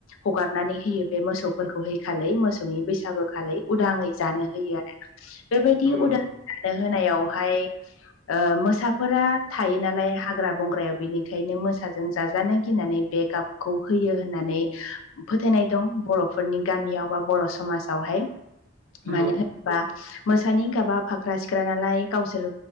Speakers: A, on the left (about 80°); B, on the right (about 60°).
A: हगारनानै होयो बे मोसौफोरखौ हैखालि मोसौनि बैसागो खालै उदाङै जानो होयो आरोना बेबायदि
B: नंगौ
A: उदांयै
B: नंगौ
A: जानो होनायावहाय ओ मोसाफोरा थायो नालाय हाग्रा बंग्रायाव बेनिखायनो मोसा जों जाजानो गिनानै बे गाबखौ होयो होननानै फोथायनाय दं बर'फोरनि गामियाव बा बर' समाजावहाय
B: नंगौ
A: मानि बा मोसानि गाबा फाख्रा सिख्रा नालाय गावसोर